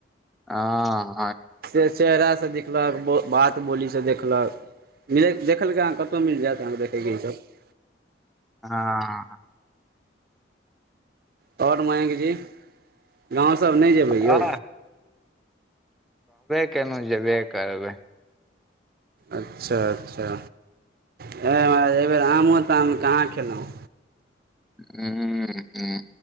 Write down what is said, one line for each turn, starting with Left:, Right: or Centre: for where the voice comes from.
Centre: हां
Right: से चेहरा से दिखलक बात बोली से दिखलक मिलित देख अहाँ कतहु मिल जायत अहाँके देखयके ईसभ
Centre: हां
Right: और मयंकजी गांव सब नई जेबै
Centre: हँ
Right: यौ
Centre: फेनु जेबे करबैइ
Right: अच्छा अच्छा हे एहि बेेर आमो ताम कहाँ खयलहुँ
Centre: ऊं ऊं